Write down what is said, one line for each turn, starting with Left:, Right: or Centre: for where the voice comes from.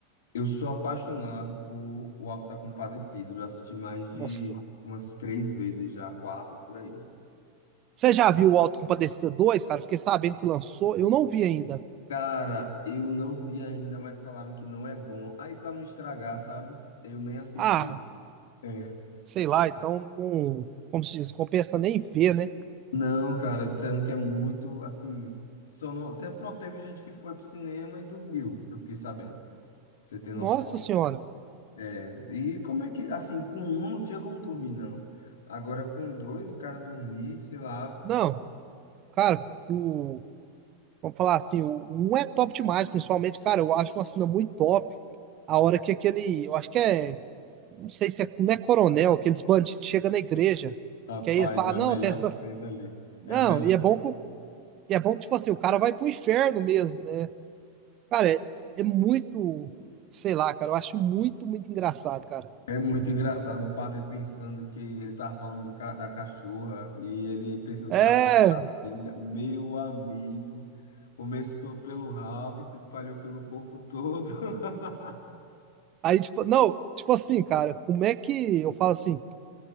Left: eu sou apaixonado por O Auto da Compadecida. Eu já assisti mais de
Right: Nossa.
Left: umas três vezes já, quatro por aí.
Right: Você já viu o Autocompadecida 2, cara? Fiquei sabendo que lançou, eu não vi ainda.
Left: Cara, eu não vi ainda, mas falaram que não é bom. Aí, pra não estragar, sabe? Eu nem assisti.
Right: Ah,
Left: É.
Right: sei lá, então, não, como se diz, compensa nem ver, né?
Left: Não, cara, disseram que é muito, assim, sono... Até, pronto, teve gente que foi pro cinema e dormiu, que eu fiquei sabendo, pra você ter noção.
Right: Nossa senhora.
Left: É, e como é que, assim, com um não tinha como dormir, não. Agora, com dois, o cara dormir, sei lá.
Right: Não, cara, o, vamos falar assim, o 1 é top demais, principalmente, cara, eu acho uma cena muito top. A hora que aquele, eu acho que é, não sei se é, não é coronel, aqueles bandidos chegam na igreja,
Left: Rapaz,
Right: que aí ele fala,
Left: é a
Right: não,
Left: melhor
Right: tem essa,
Left: cena ali.
Right: não,
Left: É a melhor.
Right: e é bom que, o- e é bom que, tipo assim, o cara vai pro inferno mesmo, né? Cara, é, é muito, sei lá, cara, eu acho muito, muito engraçado, cara.
Left: É muito engraçado o padre pensando que ele tava falando do ca- da cachorra e ele pensando
Right: É,
Left: que tava falando da filha. Meu amigo, começou pelo rabo e se espalhou pelo corpo todo. <laughs>
Right: aí, tipo, não, tipo assim, cara, como é que eu falo assim?